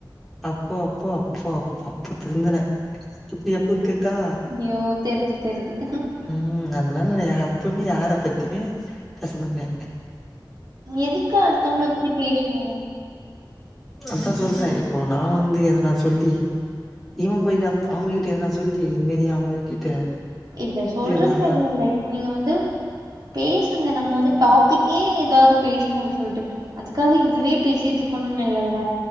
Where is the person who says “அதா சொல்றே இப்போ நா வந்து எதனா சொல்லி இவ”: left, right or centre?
Centre